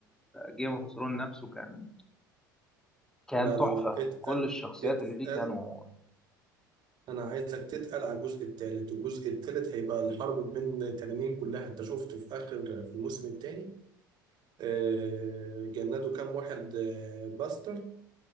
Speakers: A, in the centre; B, on the right.
A: جيم اوف ثرونز نفسه كان كان
B: لا
A: تحفة
B: لا لا اتقل
A: كل الشخصيات
B: اتقل
A: اللي فيه كانوا
B: انا عايزك تتقل على الجزء الثالث والجزء الثالث هيبقى الحرب من تنانين كلها انت شفت في اخر في الموسم الثاني آه، جندوا كام واحد آه، باستر